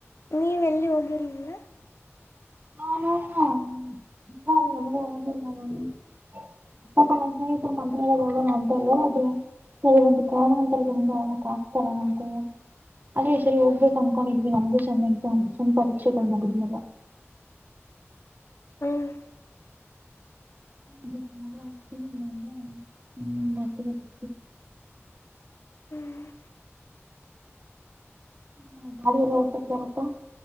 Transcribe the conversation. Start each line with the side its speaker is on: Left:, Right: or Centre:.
Left: ನೀವ ಎಲ್ಲಿ ಹೋಗಿರ್ಲಿಲ್ಲ
Right: ಹಾ ನಾ ನ <inaudible> <unintelligible> ಸ್ನೇಹಿತರ ಮಂತ್ರಾಲಯ ಹೋಗೋಣ ಅಂಥಾವ್ರೆ ಏನಾಯ್ತ್ರೀ ಸ ಒಂದು ಕೋ ಅಂತ ಇದ್ರಕ್ ಆಾಕ್ತರಂತ <inaudible> ಅದೇ ಈ ಸರಿ ಹೋಗ್ಬೇಕು ಅನ್ಕೊಂಡಿದ್ವಿ ನಮ್ಗು ಚಂದ ಇಂತ ಅಂತ ಚಂದ ಪರೀಕ್ಷೆಗಳು ಮುಗುದ್ಮೇಲೆ
Left: ಹ್ಮ್
Right: ಹ್ಮ ಆಗ್ ಹ್ಮ ಮಾಡ <inaudible>
Left: ಹ್ಮ್
Right: ಹ್ಮ ಗಾಡಿಯ ಎಲ್ಲ ಹೊಬತ್ತಾ ಪಾ <unintelligible>